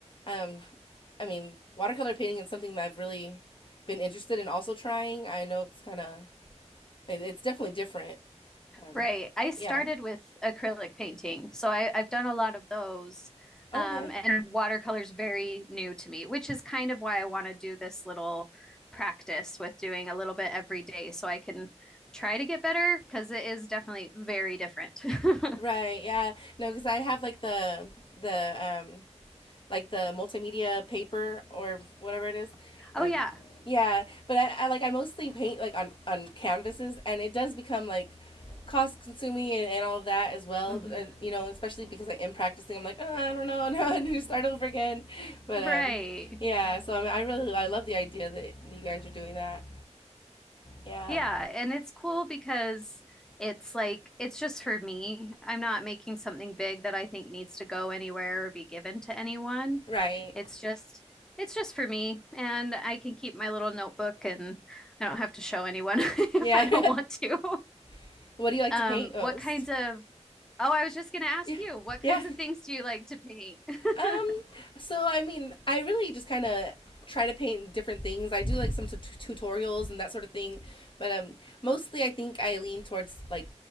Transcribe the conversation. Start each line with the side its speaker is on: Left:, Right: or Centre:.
Left: um, I mean, watercolor painting is something that I've really been interested in also trying. I know it's kind of It, it's definitely different. Um,
Centre: Right. I started
Left: yeah.
Centre: with acrylic painting, so I, I've done a lot of those.
Left: Okay.
Centre: Um, and watercolor is very new to me, which is kind of why I want to do this little practice with doing a little bit every day so I can try to get better because it is definitely very different. <laughs>
Left: Right. Yeah. No, because I have like the the um like the multimedia paper or whatever it is.
Centre: Oh,
Left: Um,
Centre: yeah.
Left: yeah. But I, I like I mostly paint like on on canvases, and it does become like cost consuming and, and all of that as well.
Centre: hmm
Left: And you know, especially because I am practicing, I'm like, oh, I don't know, <laughs> no, I need to start over again. But
Centre: Right.
Left: um, yeah. So I mean, I really I love the idea that you guys are doing that. Yeah.
Centre: Yeah, and it's cool because it's like it's just for me. I'm not making something big that I think needs to go anywhere or be given to anyone.
Left: Right.
Centre: It's just it's just for me and I can keep my little notebook and I don't have to show anyone <laughs> if
Left: Yeah.
Centre: I don't want to.
Left: <laughs> what do you like
Centre: Um,
Left: to paint most?
Centre: what kinds of Oh, I was just going to ask
Left: Yeah.
Centre: you, what kinds
Left: Yeah.
Centre: of things do you like to paint? <laughs>
Left: Um, so I mean, I really just kind of try to paint different things. I do like some t- tutorials and that sort of thing, but um, mostly I think I lean towards like